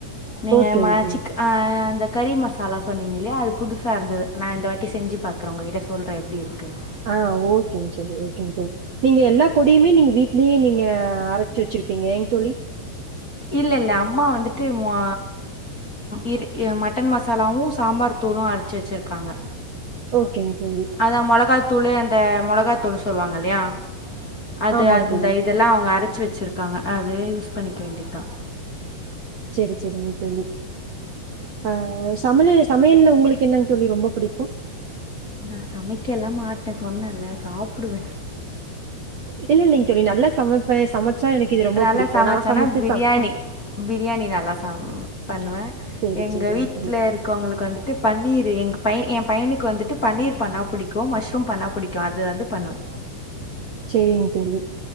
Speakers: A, on the left (about 25°); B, on the right (about 55°).
A: நீங்க
B: ஓகே,
A: மே
B: ஓகேங்க.
A: சிக் ஆ அ அ அந்தத் கறி மசாலா சொன்னீங்க இல்லையா அது புதுசா இருந்தது நா இந்த வாட்டி செஞ்சு பாக்கறே உங்ககிட்ட சொல்ற எப்டி இருக்குன்னு
B: ஆ ஓகேங்க தோழி ஓகேங்க சொ நீங்க எல்லா பொடியுமே நீங்க வீட் லீ நீங்க அரைச்சி வெச்சிருப்பிங்கலைங் தோழி
A: இல்லல்ல அம்மா வந்துட்டு மோ இருக் மட்டன் மசாலாவும் சாம்பார் தூளும் அது ஜேச்சிருக்காங்க
B: ஓகேங்க தோழி.
A: அதா மொளகாத்தூளு அந்த மொளகாத்தூளு சொல்லுவாங்க இல்லையா அது
B: ஆமாங்க
A: அந்த
B: தோழி.
A: இதெல்லா அவங்க அரைச்சி வச்சிருக்காங்க அதே யூஸ் பண்ணிக்க வேண்டியது தா
B: செரி செரிங்க தோழி ஆ சமளி ரைஸ் சமையல்ல உங்களுக்கு என்னங்க தோழி ரொம்ப பிடிக்கு
A: நா சமைக்கல்லா மாட்டே சொன்னேல்ல சாப்புடுவே
B: இல்ல இல்லைங் தோழி நல்லா சமைப்பே சமைச்சா எனக்கு இது ரொம்ப
A: நல்லா
B: புடிக்கு
A: சமைச்சேன்னா
B: நா சமைச்சு
A: பிரியாணி
B: சாப்பா
A: பிரியாணி நல்லா ச பண்ணுவே
B: சேரி
A: எங்க
B: சேரிங்க
A: வீட்ல
B: தோழி.
A: இருக் க்கோவ்ங்களுக்கு வந்துட்டு பன்னீர் எங் பைய எ பையனுக்கு வந்துட்டு பன்னீர் பண்ணா புடிக்கு மஷ்ரூம் பண்ணா புடிக் க்காது வந்து பண்ணுவே
B: செரிங்க தோழி